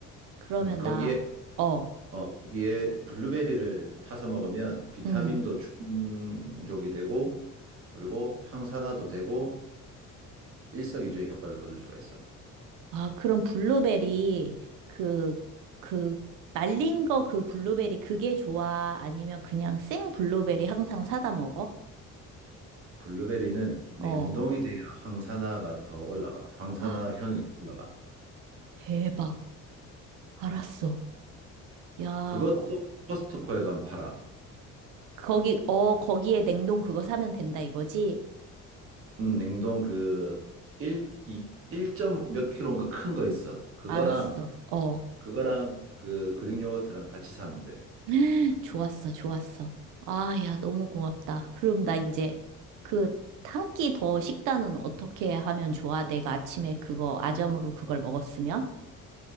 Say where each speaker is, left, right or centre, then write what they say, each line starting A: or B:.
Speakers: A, on the right; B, on the right.
A: 그러면
B: 음, 거기에
A: 나, 어,
B: 어, 거기에 블루베리를 타서 먹으면 비타민도
A: 음.
B: 충족이 되고 그리고 항산화도 되고 일석이조의 효과를 거둘 수가 있어.
A: 아, 그럼 블루베리, 그, 그, 말린 거 그 블루베리 그게 좋아? 아니면 그냥 생 블루베리 항상 사다 먹어?
B: 블루베리는 냉동이
A: 어.
B: 돼야 항산화가 더 올라가. 항산화
A: 아,
B: 효능이 더 올라가.
A: 대박. 알았어.
B: 음.
A: 야,
B: 그것도
A: 거,
B: 코스트코에 가면 팔아.
A: 거기, 어, 거기에 냉동 그거 사면 된다 이거지?
B: 음, 냉동 그 1, 2, 1.몇 킬로인가 큰 거 있어. 그거랑
A: 알았어. 어.
B: 그거랑 그 그릭 요거트랑 같이 사면 돼.
A: <gasps> <laughs> 좋았어, 좋았어. 아, 야, 너무 고맙다. 그럼 나 이제 그, 한 끼 더 식단은 어떻게 하면 좋아? 내가 아침에 그거 아점으로 그걸 먹었으면?